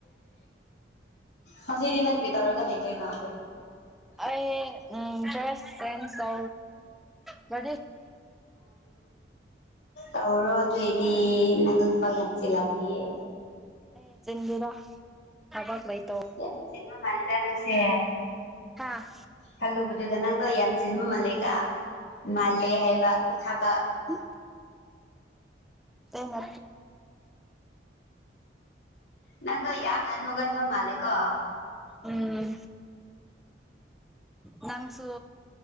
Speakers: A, on the left; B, in the centre.
A: ꯍꯧꯖꯤꯛꯗꯤ ꯅꯪ ꯀ꯭ꯔꯤ ꯇꯧꯔꯒ ꯂꯩꯗꯣꯏꯅꯣ
B: ꯑꯩ ꯎꯝ ꯆꯁ ꯐ ꯄ
A: ꯑ ꯇꯧꯔꯣ ꯑꯗꯨꯑꯣꯏꯗꯤ ꯅꯪꯗ ꯊꯕꯛ ꯌꯥꯝ ꯆꯤꯜꯂꯝꯃꯤꯌꯦ
B: ꯑꯦ ꯆꯤꯡꯗꯨꯗ ꯊꯕꯛ ꯂꯩꯇꯧ
A: ꯌꯥꯝꯗꯤꯃ ꯃꯜꯗꯅꯪꯁꯦ
B: ꯍꯥ
A: ꯈꯜꯂꯨꯕꯗꯨꯗ ꯅꯪꯗꯣ ꯌꯥꯝ ꯆꯤꯟꯕ ꯃꯥꯜꯂꯦꯒ ꯃꯥꯂꯦ ꯍꯕ ꯀ ꯊꯕ
B: ꯃꯦ ꯃꯦ
A: ꯅꯪꯣ ꯌꯥ ꯅꯪꯨꯒꯟꯕ ꯃꯥꯂꯀꯣ
B: ꯎꯝ ꯉꯥꯡꯁꯨ